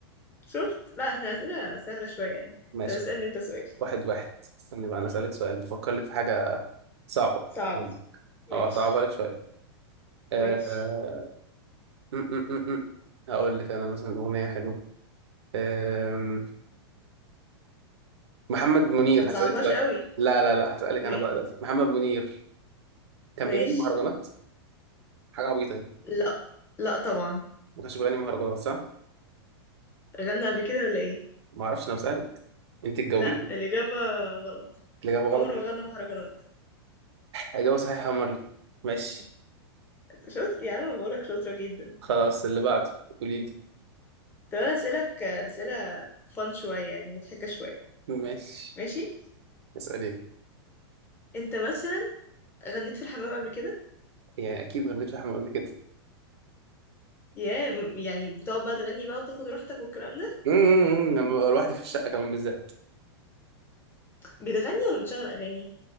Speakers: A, on the left (about 15°); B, on the right (about 80°).
A: شفت لا احنا اسئله سهله شويه يعني
B: ماشي
A: طب اسالني
B: خلاص
A: انت سؤال
B: واحد واحد استني بقى انا اسالك سؤال بفكر لك في حاجه صعبه
A: صعب ماشي
B: اه صعبه لك شويه آه،
A: ماشي
B: آه، م- م- م- م. هقول لك انا مثلا اغنيه حلوه آم، محمد منير
A: ما تصعبهاش
B: هسالك سؤال
A: قوي
B: لا لا لا هسالك
A: ماشي
B: انا بقى دلوقتي محمد منير كان
A: ماشي
B: بيغني مهرجانات حاجه عبيطه اهي
A: لا لا طبعا
B: ما كانش بيغني مهرجانات صح
A: غنى قبل كده ولا ايه
B: ما اعرفش انا بسالك انت تجاوبيني
A: لا الاجابه غلط
B: الاجابه غلط
A: عمره ما غنى مهرجانات
B: إجابة صحيحة يا مرلي ماشي
A: شفت يا عم بقولك شاطره جدا
B: خلاص اللي بعده قولي لي
A: طب انا اسالك اسئله فان شويه يعني مضحكه شويه
B: ماشي
A: ماشي
B: اسألي
A: انت مثلا غنيت في الحمام قبل كده
B: يعني أكيد غنيت لحمة قبل كده
A: ياه م- يعني بتقعد بقى تغني بقى وتاخد راحتك والكلام ده
B: أمم، لما ببقى لوحدي في الشقة كمان بالذات
A: بتغني ولا بتشغل اغاني